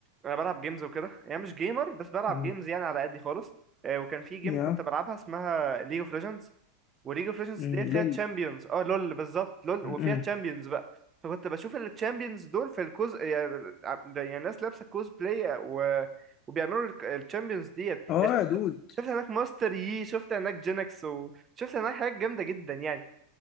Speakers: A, on the right; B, on the left.
A: انا بلعب جيمز وكده يعني مش جيمر بس بلعب
B: مم.
A: جيمز يعني على قدي خالص آه، وكان في جيم
B: يا
A: كنت بلعبها اسمها ليج اوف ليجندز وليج اوف ليجندز
B: مم،
A: ديت فيها
B: لول
A: تشامبيونز اه لول بالظبط لول
B: مم.
A: وفيها تشامبيونز بقى فكنت بشوف التشامبيونز دول في الكوز يعني يعني ناس لابسه كوز بلاي و... وبيعملوا التشامبيونز ديت يعني
B: اه
A: شفت
B: يا دود
A: شفت هناك ماستر يي شفت هناك جينكس وشفت هناك حاجات جامده جدا يعني